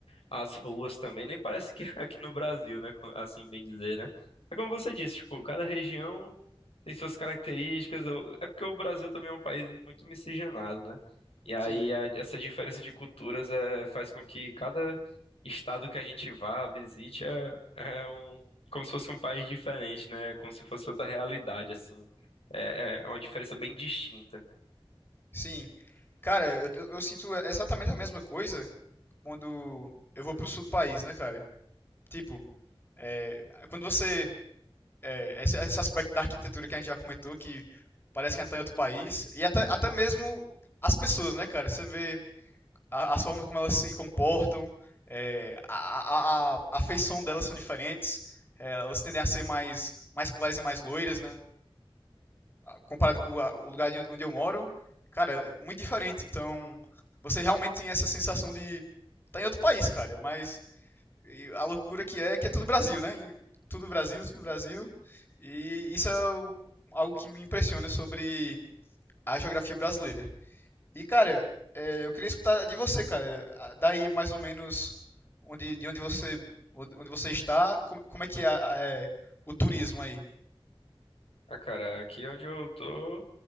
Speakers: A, on the left; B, on the left.
A: as ruas também. Nem parece que é aqui no Brasil, né? Co- Assim, bem dizer, né? É como você disse, tipo, cada região tem suas características. eu- É porque o Brasil também é um país muito miscigenado, né? E aí
B: Sim,
A: a- essa diferença de culturas é, faz com que cada estado que a gente vá, visite, é, é um, como se fosse um país diferente, né? Como se fosse outra realidade, assim. É, é uma diferença bem distinta.
B: sim. Cara, eu, eu, eu sinto exatamente a mesma coisa quando eu vou pro sul do país, né, cara? Tipo, é, quando você. é, esse, esse aspecto da arquitetura que a gente já comentou, que parece que a gente tá em outro país, e até, até mesmo as pessoas, né, cara? Você vê a, as formas como elas se comportam, é, a, a, a, a feição delas são diferentes, é, elas tendem a ser mais, mais claras e mais loiras, né? comparado com a, o lugar onde eu moro, cara, muito diferente. Então, você realmente tem essa sensação de tá em outro país, cara, mas e a loucura que é que é tudo Brasil, né? E Tudo Brasil, tudo Brasil. E isso é o- algo que me impressiona sobre a geografia brasileira. E, cara, é, eu queria escutar de você, cara. Ah, Daí mais ou menos onde, de onde você, onde você está, como, como é que é, a- é o turismo aí?
A: Ah, cara, aqui onde eu tô,